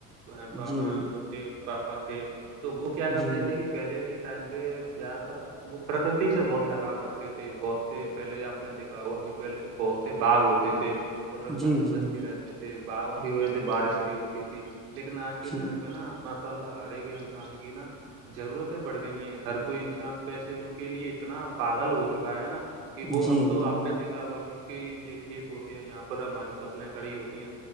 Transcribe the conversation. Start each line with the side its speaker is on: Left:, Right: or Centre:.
Right: وہ
Centre: جی
Right: تھ پاپا تھے تو وہ کیا
Centre: جی
Right: کرتے تھے کہ پہلے کے ٹائم پہ زیادہ تر وہ پرکرتی سے بہت لگاؤ رکھتے تھے بہت سے پہلے آپ نے دیکھا ہوا کہ پہلے بہت سے باغ ہوتے تھے پ میں
Centre: جی
Right: پچو
Centre: جی
Right: پچی
Centre: جی
Right: رہتے تھے باغوں کی وجہ سے بارش بھی ہوتی تھی لیکن آج کے
Centre: جی
Right: ٹائم پہ نا ماشاء اللہ ہر ایک انسان کی نا ضرورتیں بڑ گئی ہیں ہر کوئی انسان پیسے کے لیے اتنا پاگل ہو چکا ہے نا کہ وہ
Centre: جی
Right: اب تو
Centre: جی
Right: آپ نے دیکھ ا ہوا کہ یہ کھیت ہوتے ہیں یہاں پر ہماری فصلیں کھڑی ہوتی ہیں